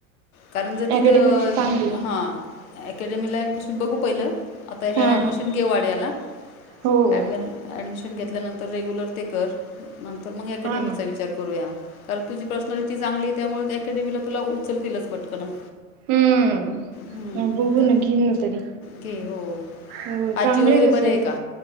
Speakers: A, on the left; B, on the right.
A: कारण जर तिथं
B: अकॅडमी तशी चांगली
A: हा अकॅडमीला बघू पहिला आता हे
B: हा
A: ऍडमिशन घे वाड्याला,
B: हो
A: <unintelligible> घेतल्यानंतर रेगुलर ते कर. नंतर मग <unintelligible> चा
B: हा ना
A: विचार करूया कारण तुझी पर्सनॅलिटी चांगली. त्यामुळे अकॅडमी, तुला उचलतीलच पटकन.
B: हम्म,
A: हं,
B: बुघू
A: तर
B: ना घेन ना तरी.
A: घे हो
B: हो,
A: आजी
B: चांगलं
A: वगैरे
B: हे
A: बरे
B: तसं
A: आहे का